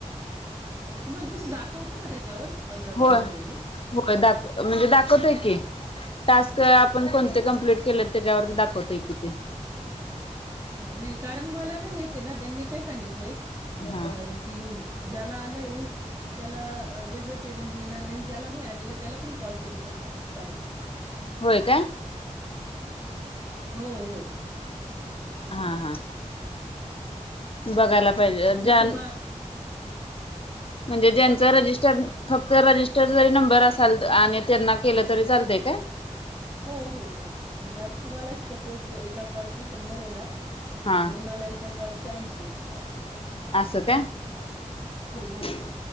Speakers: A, on the right; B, on the left.
A: हुं तुम्हाला तस दाखवत का त्याच्यावर
B: होय
A: कॉल झालेले?
B: होय दाख म्हणजे दाखवतय कि टास्क आपण कोणते कम्प्लीट केलेत त्याच्यावरती दाखवतय कि ते
A: हा नाई कारण मला नाई येते ना त्यांनी काय सांगितलंय
B: हा
A: अ की ज्याला आलंय त्याला वेगळ पेमेंट मिळणार आणि ज्याला नाही आलेलं त्याला पण कॉल करू शकता अस सांगितलय
B: होय काय
A: हो हो
B: हा हा बघायला पायजे
A: हं. म्हणजे
B: ज्यान
A: तुम्हा
B: म्हणजे ज्यांचा
A: काय काय
B: रजिस्टर फक्त रजिस्टर जरी नंबर असाल आणि त्यांना केल तरी चालतय काय?
A: हो हो हो म्हणजे आता तुम्हाला स <unintelligible> एका कॉलचे शंभर येणार
B: हा
A: आणि मला एका -- कॉलच्या ऐंशी येता असय
B: अस काय
A: हो हो